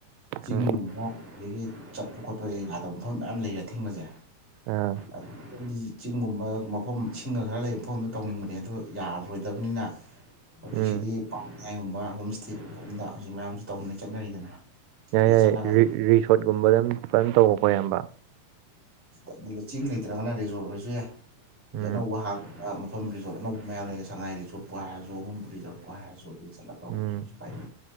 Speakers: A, in the centre; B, on the right.
A: ꯆꯤꯡꯒꯨꯝꯕ
B: ꯎꯝ
A: ꯑꯗꯒꯤ ꯆꯠꯄ ꯈꯣꯠꯄꯁꯦ ꯌꯥꯗꯕ ꯃꯐꯝ ꯃꯌꯥꯝ ꯂꯩꯔꯦ ꯑꯊꯤꯡꯕꯁꯦ
B: ꯑꯥ
A: ꯑꯗꯩꯗꯤ ꯆꯤꯡꯒꯨꯝꯕ ꯃꯐꯝ ꯁꯤꯡꯒ ꯈꯔ ꯂꯩꯕ ꯃꯐꯝꯗ ꯇꯧꯅꯤꯡꯕꯅꯦ ꯑꯗꯨ ꯌꯥꯔꯣꯏꯗꯕꯅꯤꯅ ꯍꯧꯖꯤꯛꯁꯤꯗꯤ
B: ꯎꯝ
A: ꯄꯥꯠꯃꯌꯥꯏꯒꯨꯝꯕ ꯍ‌ꯣꯝꯏꯁꯇ‌ꯦꯒꯨꯝꯕꯃꯗ ꯍꯧꯖꯤꯛ ꯃꯌꯥꯝꯁꯨ ꯇꯧꯅꯩ ꯆꯠꯅꯔꯤꯗꯅ
B: ꯌꯥꯏ
A: ꯁꯤꯗ
B: ꯌꯥꯏꯔꯤ
A: ꯆꯠꯂꯒ
B: ꯔꯤꯁꯣꯔꯠꯀꯨꯝꯕꯗꯝ ꯐꯟ ꯇꯧꯈꯣꯀꫭ ꯏꯌꯥꯝꯕ
A: ꯑꯗꯨꯗ ꯆꯤꯡ ꯂꯩꯇ꯭ꯔꯒꯅ ꯔꯤꯖꯣꯔꯠ ꯑꯣꯏꯔꯁꯨ ꯌꯥꯏ ꯍꯧꯖꯤꯛ
B: ꯎꯝ
A: ꯑꯅꯧꯕ ꯍꯥꯡꯕ ꯃꯐꯝ ꯔꯤꯖꯣꯔꯠ ꯑꯅꯧꯕ ꯃꯌꯥꯝ ꯂꯩꯅꯦ ꯁꯉꯥꯏ ꯔꯤꯖꯣꯔꯠ ꯄꯣ ꯍꯥꯏꯔꯁꯨ ꯕꯝꯕꯨ ꯔꯤꯖꫭꯔꯠꯄꯨ ꯍꯥꯏꯔꯁꯨ ꯑꯗꯨ ꯆꯠꯂ ꯇꯧꯕꯁꯨ
B: ꯎꯝ
A: ꯀꯩꯁꯨ ꯀꯥꯏꯗꯦ